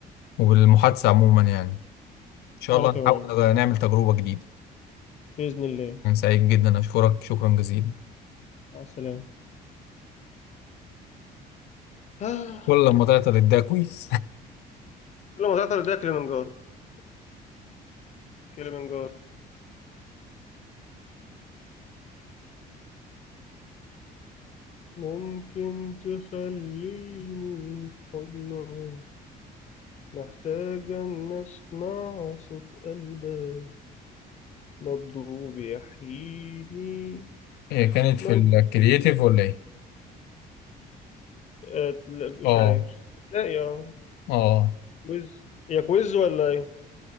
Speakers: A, on the left; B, on the left.
A: وبالمحادثة عموما يعني إن شاء
B: وانا
A: الله
B: كمان
A: نحاول نعمل تجربة جديدة
B: باذن الله
A: كان سعيد جدا أشكرك شكرا جزيلا
B: مع السلامه <sighs> آه.
A: ولا لما تعطل ده كويس
B: كل ما تعطل ده كليمنجارو كليمنجارو ممكن تخليني في حضنها محتاجة أن أسمع صوت قلبها نبضه بيحييني
A: <laughs> هي كانت في
B: نبض
A: الكرييتيف ولا ايه؟
B: آه لا، مش
A: اه
B: عارف لا يا
A: اه
B: كويز يا كويز ولا ايه